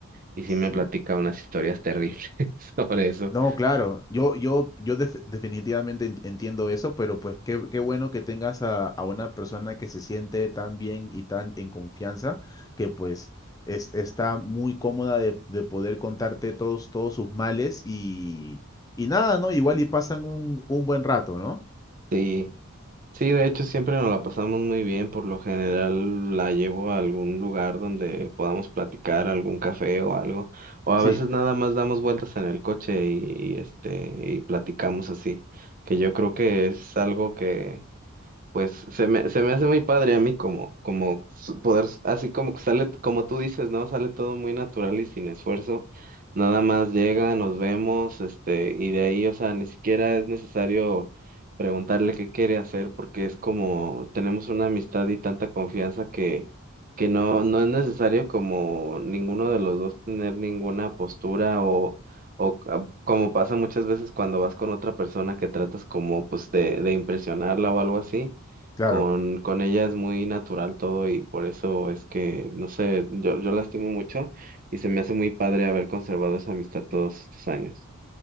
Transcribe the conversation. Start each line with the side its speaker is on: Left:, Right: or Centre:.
Right: y sí
Left: Sí.
Right: me platica unas historias terribles <laughs> sobre eso.
Left: No, claro, yo, yo, yo def- definitivamente en- entiendo eso, pero pues qué, qué bueno que tengas a, a una persona que se siente tan bien y tan en confianza, que pues es- está muy cómoda de, de poder contarte todos, todos sus males y, y nada, ¿no? Igual y pasan un, un buen rato, ¿no?
Right: Sí, sí, de hecho siempre nos la pasamos muy bien, por lo general la llevo a algún lugar donde podamos platicar, algún café o algo, o a
Left: Sí,
Right: veces nada más damos vueltas en el coche y, y, este y platicamos así, que yo creo que es algo que Pues se me, se me hace muy padre a mí como, como su- poder, s- así como que sale, como tú dices, ¿no? Sale todo muy natural y sin esfuerzo. Nada más llega, nos vemos, este, y de ahí, o sea, ni siquiera es necesario preguntarle qué quiere hacer porque es como, tenemos una amistad y tanta confianza que, que no, no es necesario como ninguno de los dos tener ninguna postura o... O ca- como pasa muchas veces cuando vas con otra persona que tratas como pues de, de impresionarla o algo así
Left: claro.
Right: con, con ella es muy natural todo y por eso es que, no sé, yo, yo la estimo mucho y se me hace muy padre haber conservado esa amistad todos estos años.